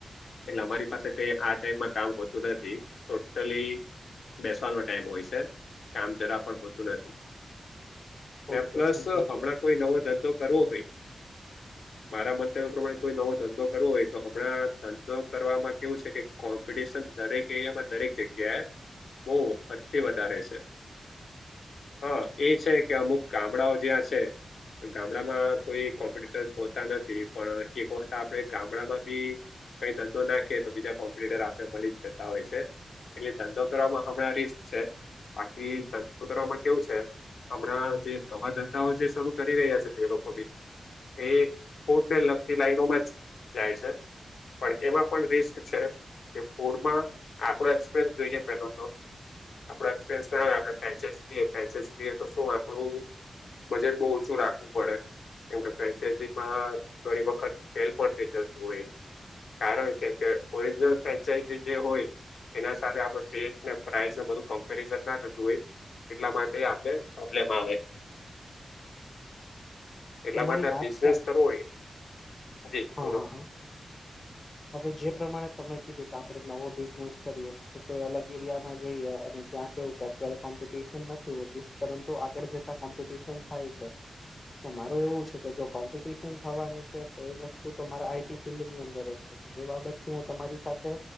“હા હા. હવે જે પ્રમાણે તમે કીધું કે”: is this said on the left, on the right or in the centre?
Left